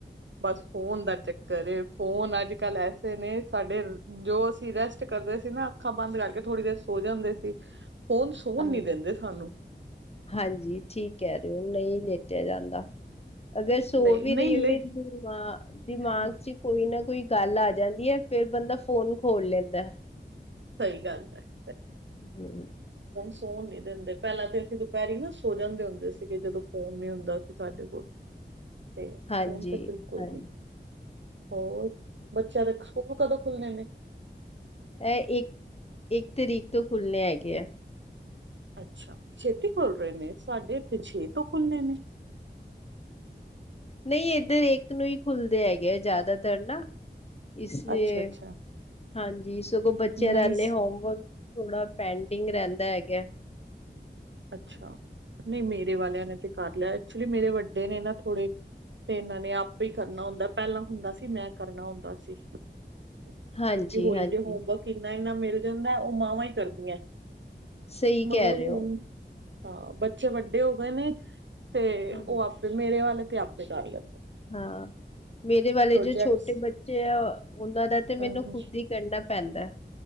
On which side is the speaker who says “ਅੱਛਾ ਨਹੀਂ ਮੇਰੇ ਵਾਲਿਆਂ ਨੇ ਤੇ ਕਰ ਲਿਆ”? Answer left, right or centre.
Right